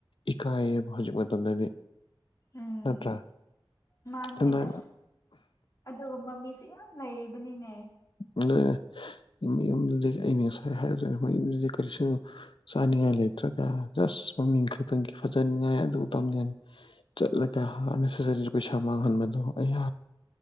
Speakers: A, on the left; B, on the left.
A: ꯏꯀꯥꯏꯌꯦꯕ ꯍꯧꯖꯤꯛ ꯃꯇꯝꯗꯗꯤ
B: ꯎꯝ
A: ꯅꯠꯇ꯭ꯔꯥ
B: ꯃꯥꯅꯦ
A: ꯑꯗꯨꯅ
B: ꯑꯁ ꯑꯗꯨꯒꯨꯝꯕ ꯃꯤꯁꯨ ꯌꯥꯝ ꯂꯩꯔꯤꯕꯅꯤꯅꯦ
A: ꯂꯩꯔꯝꯗꯣꯏꯅꯦ ꯍꯍ ꯃꯌꯥꯝꯗꯨꯗꯒꯤ ꯑꯩꯅ ꯉꯁꯥꯏ ꯍꯥꯏꯕꯗꯨꯅꯤ ꯃꯌꯨꯝꯗꯨꯗꯤ ꯀꯔꯤꯁꯨ ꯆꯥꯅꯤꯡꯉꯥꯏ ꯉꯥꯏ ꯂꯩꯇ꯭ꯔꯒ ꯖꯁ ꯃꯃꯤꯡ ꯈꯇꯪꯒꯤ ꯐꯖꯅꯤꯡꯉꯥꯏ ꯑꯗꯨ ꯇꯧꯅꯤ ꯆꯠꯂꯒ ꯍꯥꯟ ꯅꯦꯁꯖꯔꯤꯗ ꯄꯩꯥꯁꯥ ꯃꯥꯡꯍꯟꯕꯗꯣ ꯑꯩꯌꯥ